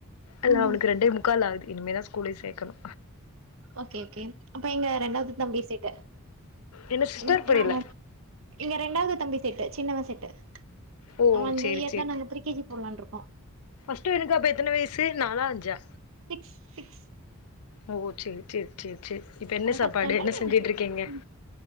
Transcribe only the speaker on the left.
அல்ல
அவனுக்கு ரெண்டே முக் கால் ஆகுது இனிமேதா ஸ்கூலே சேர்க்கணு
என்ன சிஸ்டர்
புரியல
ஓ
சேரி
ஃபஸ்ட்டு பையனுக்கு அப்ப எத்தன வயசு நாலா அஞ்சா
ஓ சேர் சேர் சேர் சேர் இப்ப என்ன
சாப்பாடு
என்ன
செஞ்சுட்டு இருக்கீங்க